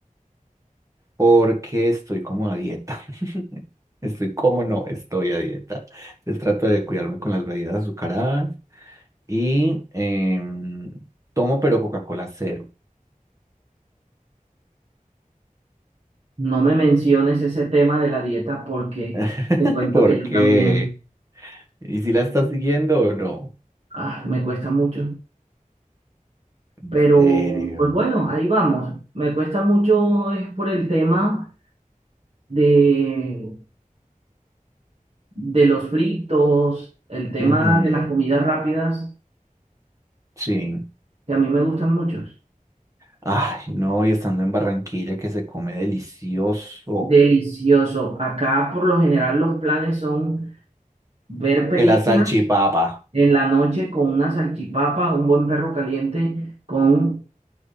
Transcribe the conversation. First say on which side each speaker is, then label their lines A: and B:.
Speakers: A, on the right; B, on the right.
A: porque estoy como a dieta. <laughs> Estoy como no, estoy a dieta. Entonces trato de cuidarme con las bebidas azucaradas y em, tomo pero Coca-Cola cero.
B: No me menciones ese tema de la dieta porque
A: <laughs>
B: te cuento
A: Porque,
B: que yo también,
A: ¿y si la estás siguiendo o no?
B: ah, me cuesta mucho.
A: En
B: Pero,
A: serio.
B: pues bueno, ahí vamos. Me cuesta mucho es por el tema de, de los fritos, el tema
A: Ujú,
B: de las comidas rápidas,
A: sí.
B: que a mí me gustan muchos.
A: Ay, no, y estando en Barranquilla que se come delicioso.
B: Delicioso. Acá por lo general los planes son ver películas
A: Que la salchipapa.
B: en la noche con una salchipapa, un buen perro caliente con